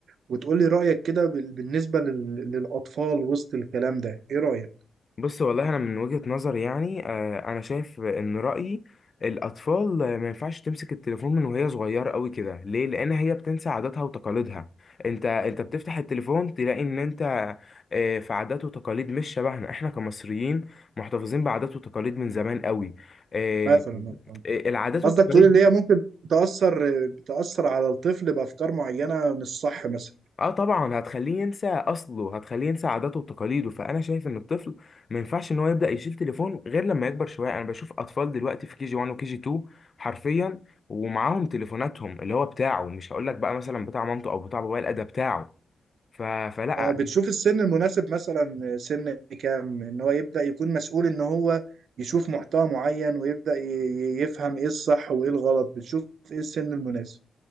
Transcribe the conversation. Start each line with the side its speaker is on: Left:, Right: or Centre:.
Right: وتقول لي رايك كده بال- بالنسبه لل... للاطفال وسط الكلام ده ايه رايك
Left: بص والله أنا من وجهة نظري يعني آه، أنا شايف إن رأيي الأطفال آه، ما ينفعش تمسك التليفون من وهي صغيرة قوي كده ليه؟ لأن هي بتنسى عاداتها وتقاليدها أنت أنت بتفتح التليفون تلاقي إن أنت آه، في عادات وتقاليد مش شبهنا إحنا كمصريين محتفظين بعادات وتقاليد من زمان قوي آه،
Right: مثلا آه.
Left: آه، العادات
Right: قصدك
Left: والتقاليد
Right: تقول اللي هي ممكن تاثر تاثر على الطفل بافكار معينه مش صح مثلا
Left: اه طبعا هتخليه ينسى اصله هتخليه ينسى عاداته وتقاليده فانا شايف ان الطفل ما ينفعش ان هو يبدا يشيل تليفون غير لما يكبر شويه انا بشوف اطفال دلوقتي في كي جي 1 وكي جي 2 حرفيا ومعاهم تليفوناتهم اللي هو بتاعه مش هقول لك بقى مثلا بتاع مامته او بتاع بابايا لا ده بتاعه ف... فلا
Right: آه، بتشوف السن المناسب مثلا سن كام ان هو يبدأ يكون مسؤول ان هو يشوف محتوى معين ويبدأ ي- ي- يفهم ايه الصح وايه الغلط بتشوف ايه السن المناسب